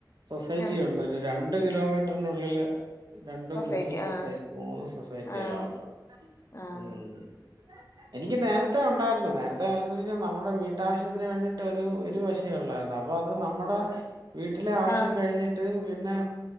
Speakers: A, on the right; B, on the left.
A: സൊസൈറ്റി
B: ആഹ്
A: ഉണ്ട് രണ് ണ്ട് കിലോമീട്ട്റ്നുള്ളില് രണ്ട്
B: സൊസൈറ്റി
A: മൂന്ന് സൊസൈറ
B: ആഹ്
A: മൂന്ന് സൊസൈറ്റികളാ
B: ആഹ്
A: ഉള്ളത്
B: ആഹ്
A: ഉം എനിക്ക് നേരത്തെ ഉണ്ടാര്ന്നു നേരത്തെ ന്ന് വെച്ചാ ന മ്മുടെ വീട്ടാവശ്യത്തിന് വേണ്ടിട്ട് ഒരു ഒരു വശേ ഉള്ളായിരുന്നു അപ്പൊ അത് നമ്മുടെ വീട്ടിലെ ആവശ്യം
B: ആഹ്
A: കഴിഞ്ഞിട്ട് പിന്നെ